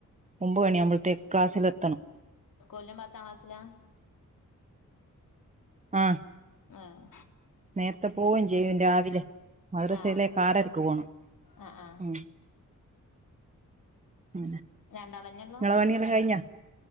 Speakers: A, on the right; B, on the left.
A: ഒമ്പത് മണിയാവുമ്പഴത്തേക്ക് ക്ലാസ്സിൽ എത്തണം
B: സ്കൂളിലും പത്താം ക്ലാസ്സിലാ
A: ആഹ്
B: ആഹ്
A: നേരത്തെ പോവും ചെയ്യും രാവിലെ മദ്രസയിലെക്ക്
B: ആഹ്
A: ആറരക്ക് പോണം
B: ആഹ് ആഹ്
A: മ് ആ
B: രണ്ടാളന്നെ ഉള്ളൂ
A: ഇങ്ങളെ പണിയെല്ലാം കഴിഞ്ഞ